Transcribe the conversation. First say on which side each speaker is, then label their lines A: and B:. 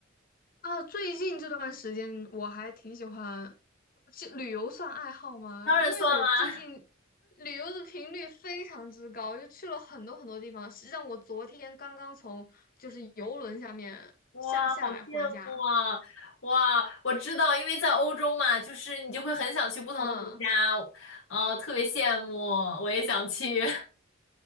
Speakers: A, on the left; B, on the left.
A: 啊，最近这段时间我还挺喜欢，去旅游算爱好吗？
B: 当然算啦。
A: 因为我最近旅游的频率非常之高，就去了很多很多地方。实际上，我昨天刚刚从就是游轮下面下下来回家。
B: 哇，好羡慕啊！哇，我知道，因为在欧洲嘛，就是你就会很想去不同的国家，
A: 嗯，
B: 啊，特别羡慕，我也想去。<laughs>